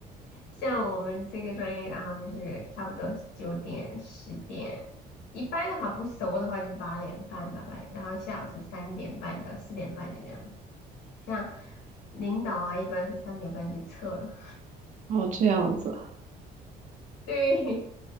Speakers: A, on the left; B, on the right.
A: 像我们这个专业，然后就是差不多九点、十点，一般的话不熟的话就是八点半吧，八点，然后下午是三点半到四点半的样子。像领导啊，一般是三点半就撤了。
B: 然后这样子，
A: <laughs> 对，